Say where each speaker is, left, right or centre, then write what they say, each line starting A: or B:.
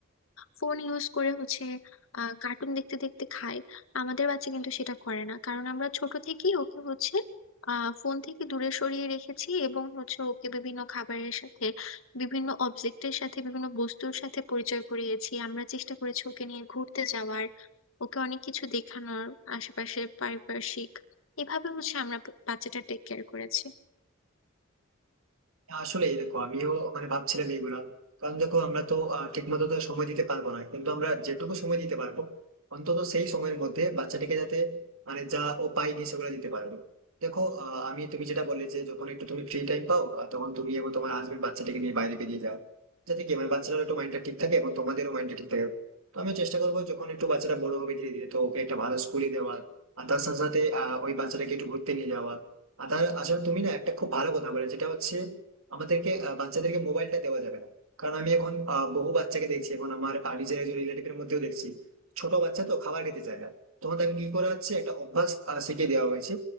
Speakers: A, on the left; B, on the right.
A: ফোন ইউজ করে হচ্ছে আহ কার্টুন দেখতে দেখতে খায় আমাদের বাচ্চা কিন্তু সেটা করে না কারণ আমরা ছোট থেকেই ওকে হচ্ছে আহ ফোন থেকে দূরে সরিয়ে রেখেছি এবং হচ্ছে ওকে বিভিন্ন খাবারের সাথে বিভিন্ন অবজেক্টের সাথে বিভিন্ন বস্তুর সাথে পরিচয় করিয়েছি আমরা চেষ্টা করেছি ওকে নিয়ে ঘুরতে যাওয়ার ওকে অনেক কিছু দেখানোর আশেপাশে পারিপার্শ্বিক এভাবে হচ্ছে আমরা বাচ্চাটা টেক কেয়ার করেছি
B: আসলেই দেখো আমিও মানে ভাবছিলাম এগুলা কারণ দেখো আমরা তো ঠিক মতো তো সময় দিতে পারবো না কিন্তু আমরা যেটুকু সময় দিতে পারবো অন্তত সেই সময়ের মধ্যে বাচ্চাটিকে যাতে মানে যা ও পায়নি সেগুলো দিতে পারবে দেখো আহ, আমি তুমি যেটা বললে যে যখন একটু তুমি ফ্রি টাইম পাও আহ, তখন তুমি এবং তোমার হাজবেন্ড বাচ্চাটিকে নিয়ে বাইরে বেরিয়ে যাও যাতে কি মানে বাচ্চাটার একটু মাইন্ডটা ঠিক থাকে এবং তোমাদেরও মাইন্ডটা ঠিক থাকে তো আমি চেষ্টা করবো যখন একটু বাচ্চাটা বড় হবে ধীরে ধীরে তো ওকে একটা ভালো স্কুলে দেওয়া আর তার সাথে সাথে আহ, ওই বাচ্চাটাকে একটু ঘুরতে নিয়ে যাওয়া আর তার আসলে তুমি না একটা খুব ভালো কথা বলে যেটা হচ্ছে আমাদেরকে আহ, বাচ্চাদেরকে মোবাইলটা দেওয়া যাবে না কারণ আমি এখন আহ, বহু বাচ্চাকে দেখছি এখন আমার আহ, নিজের একজন রিলেটিভের মধ্যেও দেখছি ছোট বাচ্চা তো খাবার খেতে চায় না তখন তাকে কি করা হচ্ছে একটা অভ্যাস আহ, শিখিয়ে দেওয়া হয়েছে